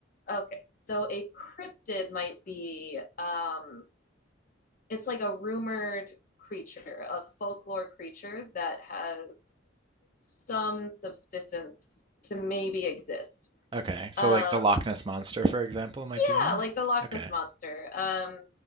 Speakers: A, on the left; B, on the right.
A: okay, so a cryptid might be, um, it's like a rumored creature, a folklore creature that has some subsistence to maybe exist.
B: Okay. So
A: Um,
B: like the Loch Ness Monster, for example, might
A: yeah,
B: be one.
A: like the Loch
B: Okay.
A: Ness Monster. Um,